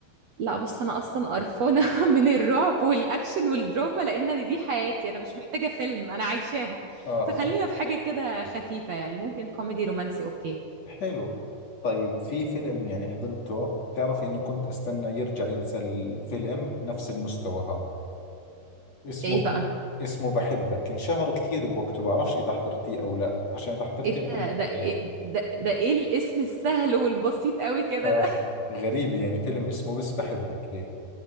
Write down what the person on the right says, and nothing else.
لا بص انا اصلا قرفانة <laughs> من الرعب والاكشن والدراما لان دي حياتي انا مش محتاجة فيلم انا عايشاها
فخلينا في حاجة كده خفيفة يعني ممكن كوميدي رومانسي اوكي
ايه
بقى
إيه
ده
ده إيه
ده, ده إيه الاسم السهل والبسيط قوي كده
ده <laughs>